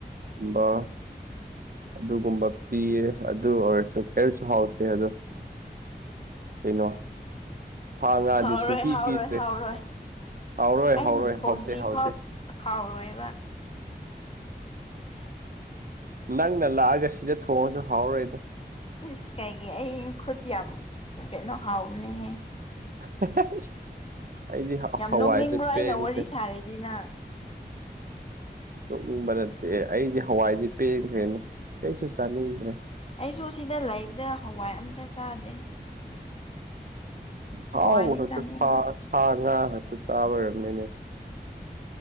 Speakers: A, on the right (about 60°); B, on the left (about 35°).
A: ꯀꯨꯝꯕ ꯑꯗꯨꯒꯨꯝꯕ ꯄꯤꯌꯦ ꯑꯗꯨ ꯑꯣꯏꯔꯁꯨ ꯀꯔꯤꯁꯨ ꯍꯥꯎꯇꯦ ꯑꯗꯨ ꯀꯩꯅꯣ ꯁꯥ ꯉꯥꯗꯤ
B: ꯍꯥꯎꯔꯣꯏ
A: ꯁꯨꯡꯄꯤ
B: ꯍꯥꯎꯔꯣꯏ
A: ꯄꯤꯗ꯭ꯔꯦ
B: ꯍꯥꯎꯔꯣꯏ
A: ꯍꯥꯎꯔꯣꯏ
B: ꯑꯩꯅ
A: ꯍꯥꯎꯔꯣꯏ
B: ꯊꯣꯡꯗ꯭ꯔꯤ
A: ꯍꯥꯎꯇꯦ ꯍꯥꯎꯇꯦ
B: ꯐꯥꯎ ꯍꯥꯎꯔꯣꯏꯕ
A: ꯅꯪꯅ ꯂꯥꯛꯑꯒ ꯁꯤꯗ ꯊꯣꯡꯉꯁꯨ ꯍꯥꯎꯔꯣꯏꯗꯣ
B: ꯁ ꯀꯥꯏꯒꯤ ꯑꯩ ꯈꯨꯠ ꯌꯥꯝ ꯀꯩꯅꯣ ꯍꯥꯎꯕꯅꯦꯍꯦ
A: <inaudible> ꯑꯩꯗꯤ
B: ꯌꯥꯝ
A: ꯍꯋꯥꯏꯁꯦ
B: ꯅꯣꯛꯅꯤꯡꯕ꯭ꯔꯣ
A: ꯄꯦꯟꯈ꯭ꯔꯦ
B: ꯑꯩꯅ ꯋꯥꯔꯤ ꯁꯥꯔꯤꯗꯤ ꯅꯪ
A: ꯇꯣꯛꯅꯤꯡꯕ ꯅꯠꯇꯦ ꯑꯩꯗꯤ ꯍꯋꯥꯏꯗꯤ ꯄꯦꯟꯈ꯭ꯔꯦꯅꯦ ꯀꯩꯁꯨ ꯆꯥꯅꯤꯡꯗ꯭ꯔꯦ
B: ꯑꯩꯁꯨ ꯁꯤꯗ ꯂꯩꯕꯗ ꯍꯋꯥꯏ ꯑꯝꯇ ꯆꯥꯗꯦ
A: ꯍꯥꯎ
B: ꯍꯋꯥꯏꯗꯤ
A: ꯍ
B: ꯆꯥꯅꯤꯡꯗꯦ
A: ꯇ ꯁꯥ ꯁꯉ ꯃꯣꯏꯄ ꯆꯥꯕ ꯑꯣꯏꯔꯕꯅꯤꯅꯦ